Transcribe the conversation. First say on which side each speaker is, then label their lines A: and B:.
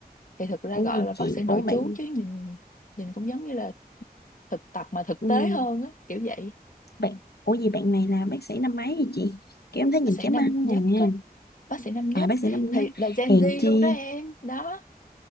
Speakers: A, on the left (about 55°); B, on the left (about 80°).
A: thì thực ra
B: ủa
A: gọi
B: gì
A: là
B: chị
A: bác sĩ nội
B: ủa bạn
A: trú chứ nhìn nhìn cũng giống như là thực tập mà thực
B: ừ.
A: tế hơn á kiểu vậy
B: bạn ủa gì bạn này là bác sĩ năm mấy vậy chị kiểu em thấy nhìn
A: bác sĩ
B: chém
A: năm
B: ăn
A: nhất
B: nè
A: á bác sĩ năm nhất
B: à bác sĩ năm
A: thì
B: nhất
A: là Gen
B: hèn
A: Z
B: chi
A: luôn đó em đó